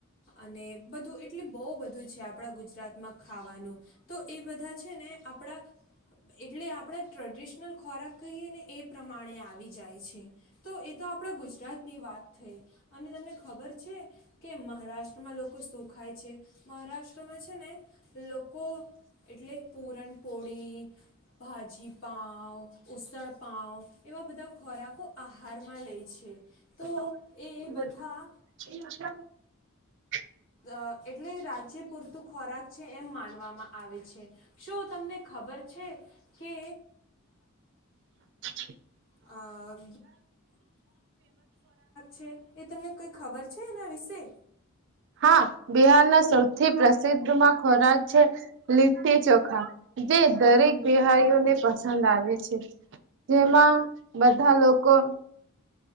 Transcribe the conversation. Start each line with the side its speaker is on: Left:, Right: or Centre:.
Left: અને બધું એટલે બહુ બધું છે આપણા ગુજરાતમાં ખાવાનું. તો એ બધા છે ને આપણા એટલે આપ આપણે ટ્રેડિશનલ ખોરાક કહીએ ને એ પ્રમાણે આવે વી જાય છે. તો આપણા ગુજરાતની વાત થઈ અને તમને ખબર છે કે, મહારાષ્ટ્રમાં લોકો શું ખાય છે? મહારાષ્ટ્રમાં છે ને લોકો એટલે પૂરણપોળી, ભાજીપાંઉ, ઉસળપાઉ એવા બધા ખોરાકો ફારમા લઈ <unintelligible> છે.
Right: <inaudible>
Left: તો એ બધા અ એટલે રાજ્ય પૂરતું ખોરાક છે એમ માનવામાં આવે છે, શું તમને ખબર છે કે
Right: <inaudible>
Left: અ છે એ તમને કંઈ ખબર છે એના વિશે
Right: હા. બિહારના સૌથી પ્રસિદ્ધમાં ખોરાક છે, લીટી ચોખા જે દરેક બિહારીઓને પસંદ આવે છે જેમાં બધા લોકો